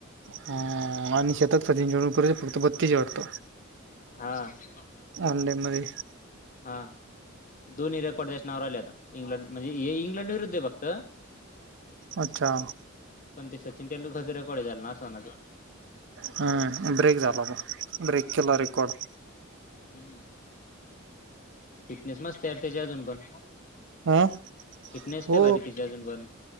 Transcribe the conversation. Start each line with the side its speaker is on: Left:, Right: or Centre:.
Right: हा आणि शतक सचिन तेंडुलकर चे फक्त बत्तीस वाटत.
Left: हा!
Right: अंडेेमधे.
Left: हा दोन्ही रेकॉर्ड देशनाव राहिले आता, इंग्लंड म्हणजे हे इंग्लंड विरुद्ध हे फक्त.
Right: अच्छा!
Left: पण ते सचिन तेंडुलकर च रेकॉर्ड हे त्याल नासवण्याचं.
Right: हं ब्रेक झाला ब, ब्रेक केला रेकॉर्ड.
Left: हूं! फिटनेस मस्त यार त्याची अजून पण.
Right: हा
Left: फिटनेस
Right: हो
Left: लयी भारी त्याची अजून पण.